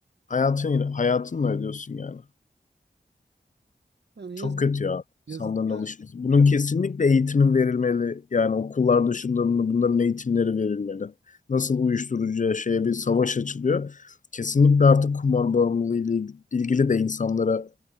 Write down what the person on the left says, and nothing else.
hayatın hayatınla ödüyorsun yani.
Çok
kötü ya
insanların
alışması. Bunun kesinlikle eğitimin verilmeli. Yani okullar dışında bunların eğitimleri verilmeli. Nasıl uyuşturucuya şeye bir savaş açılıyor. Kesinlikle artık kumar bağımlılığı ile ilgili de insanlara